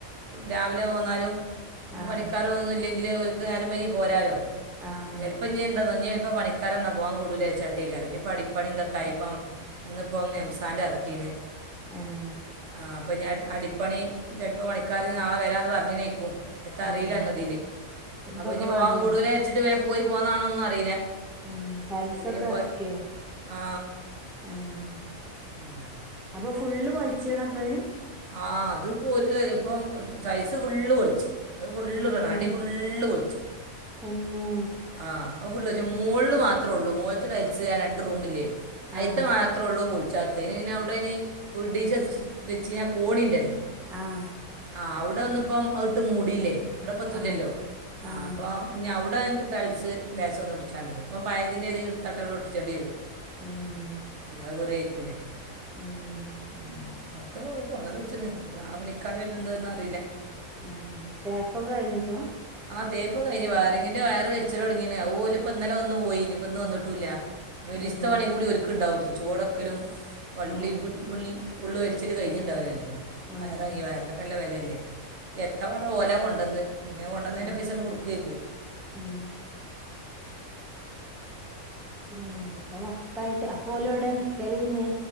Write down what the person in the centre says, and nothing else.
ആഹ്
ആഹ്
ആഹ്
ആഹ്
ഇതൊക്കെ
വാങ്ങിയോ
ഉം തൈല്സൊക്കെ
എറക്കിയൊ
ഏഹ്
അപ്പൊ ഫുള്ള് കൊലിച്ച്യണ അപ്പത്
ഏഹ്
തന്നെ
ആഹ്
ആഹ്
ആഹ്
ആഹ്
ഉം
ഉം
ഉം തേപ്പൊക്കെ കഴിഞ്ഞപ്പോ
ഏഹ്
ആഹ്
ഉം
ഏഹ്
ഉം ഉം അപ്പൊ മൊത്തായിട്ട് അപ്പ ഓല് എവടെ നിക്കല് പിന്നെ